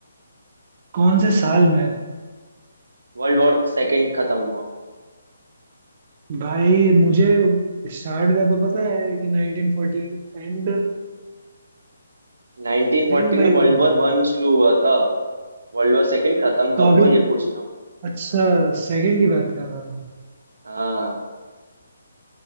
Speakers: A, on the right (about 40°); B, on the right (about 75°).
A: कौन से साल में
B: वर्ल्ड वॉर सेकेंड खत्म हुआ
A: भाई मुझे स्टार्ट का तो पता है कि 1914 एंड
B: 1940
A: एंड भाई
B: में
A: कब
B: वर्ल्ड
A: हुआ
B: वॉर
A: था
B: वन शुरू हुआ था वर्ल्ड वॉर सेकेंड खत्म
A: तो
B: कब
A: अभी
B: हुआ ये पूछ रहा हूँ
A: अच्छा सेकंड की बात कर रहा हूँ
B: हाँ